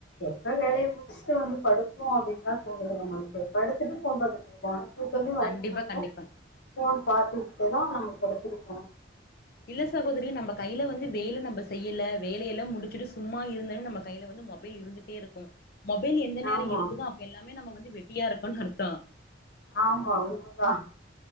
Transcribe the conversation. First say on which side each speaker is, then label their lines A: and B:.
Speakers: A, on the left (about 75°); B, on the left (about 55°).
A: எப்ப வேலைய முடிஸ்ட்டு வந்து படுப்போ அப்டின் தா தோணுது நம்மள்க்கு படுத்துட்டு ஃபோன் பாக்கற்து <unintelligible> வரணுன்னா
B: கண்டிப்பா
A: கூட
B: கண்டிப்பா
A: போன் பாத்துக்கிட்டே தா நம்ம படுத்துருப்போ
B: இல்ல சகோதரி நம்ப கைல வந்து வேல நம்ப செய்யில்ல வேலயெல்லா முடிச்சிட்டு சும்மா இருந்தாலு நம்ம கைல வந்து மொபைல் இருந்துட் டே இருக்கு மொபைல் எந்த நேரோ
A: ஆமா
B: இருக்குதோ அப்ப எல்லாமே நம்ம வந்து வெட்டியா இருக்கோன் அர்த்தோ
A: ஆமா உண்ம தா